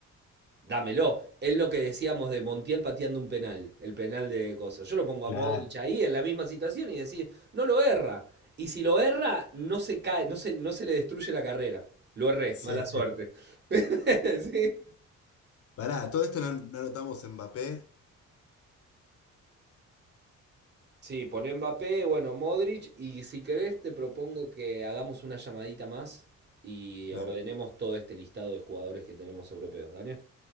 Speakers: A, on the right (about 35°); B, on the left (about 50°).
A: Dámelo. Es lo que decíamos de Montiel pateando un penal, el penal de Coso. Yo lo pongo
B: Claro,
A: a Modric ahí en la misma situación y decir, no lo erra. Y si lo erra, no se cae, no se, no se le destruye la carrera. Lo erré,
B: sí.
A: mala suerte.
B: sí.
A: <laughs> Sí.
B: Pará, todo esto no, no notamos Mbappé.
A: Sí, poné Mbappé, bueno, Modric, y si querés te propongo que hagamos una llamadita más y
B: Dale,
A: ordenemos todo este listado de jugadores que tenemos europeos. Dale,